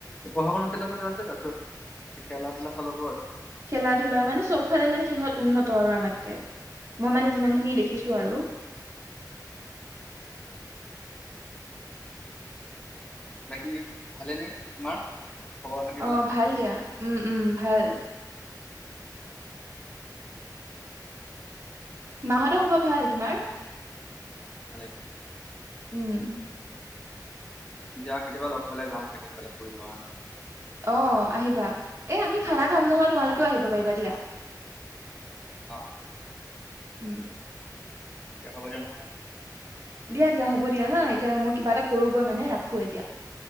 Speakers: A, on the left; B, on the right.
A: এই পঢ়া শুনা ফালো আছে তাৰপিছত খেলা ধূলা ফালৰ পৰাও আছে
B: খেলা ধূলা মানে চব ফালে মানে সিহঁত উন্নত আৰু আমাতকে মই মানে যিমান খিনি দেখিছো আৰু
A: বাকী ভালেনে তোমাৰ? খবৰ খাতিবিলাক
B: অ ভাল দিয়া উম উম ভাল মা হতৰ খবৰ ভাল তোমাৰ
A: ভালে
B: উম
A: দিয়া কেতিয়াবা লগ পালে যাম ছাগে সেইফালে ফুৰিব কাৰণে
B: অ আহিবা এ আমি খানা খাম নহয় তোমালোকেও আহিব পাৰিবা দিয়া
A: অ
B: উম
A: দিয়া হ'ব দিয়া নহ'লে
B: দিয়া দিয়া হ'ব দিয়া হা এতিয়া মই কিবা এটা কৰোঁগৈ মানে ৰাখো এতিয়া